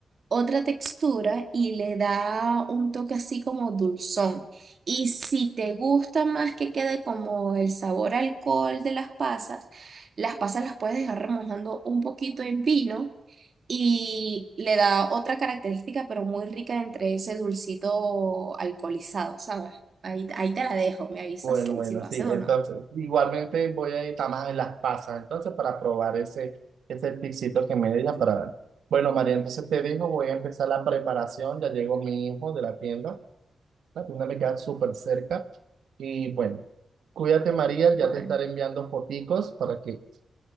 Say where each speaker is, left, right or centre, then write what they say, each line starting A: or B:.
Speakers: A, on the right; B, on the right.
A: otra textura y le da un toque así como dulzón. Y si te gusta más que quede como el sabor a alcohol de las pasas, las pasas las puedes dejar remojando un poquito en vino y le da otra característica, pero muy rica entre ese dulcito alcoholizado, ¿sabes? Ahí, ahí te la dejo, me avisas
B: Bueno,
A: si,
B: bueno,
A: si lo
B: sí.
A: haces
B: Entonces,
A: o no.
B: igualmente voy a ir a más en las pasas, entonces, para probar ese, ese tipcito que me diga para dar. Bueno, María, entonces te digo, voy a empezar la preparación. Ya llegó mi hijo de la tienda. La tienda me queda súper cerca. Y bueno, cuídate, María.
A: Bueno,
B: Ya te estaré enviando foticos para que